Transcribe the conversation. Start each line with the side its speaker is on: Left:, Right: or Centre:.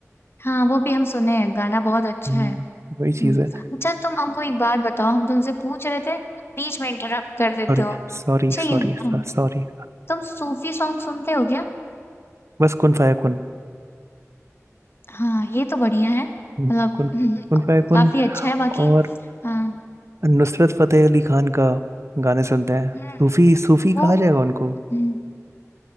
Left: हाँ वो भी हम सुने हैं गाना बहुत अच्छा
Right: हम्म,
Left: है हम्म
Right: वही चीज़ है
Left: अच्छा तुम हमको एक बात बताओ हम तुमसे पूछ रहे थे बीच में इंटरप्ट कर देते
Right: Sorry
Left: हो अच्छा
Right: sorry
Left: ये
Right: sorry
Left: हाँ,
Right: sorry
Left: तुम सूफी सॉन्ग सुनते हो क्या
Right: बस कुन फाया कुन
Left: हाँ ये तो बढ़िया है
Right: हम्म,
Left: मतलब
Right: कुन
Left: <laughs>
Right: कुन
Left: हम्म,
Right: फाया कुन
Left: काफी अच्छा है बाकी
Right: और
Left: हाँ
Right: नुसरत फतेह अली खान का गाने सुनते हैं
Left: हम्म
Right: सूफी सूफी
Left: वो
Right: कहा जाएगा उनको
Left: हम्म,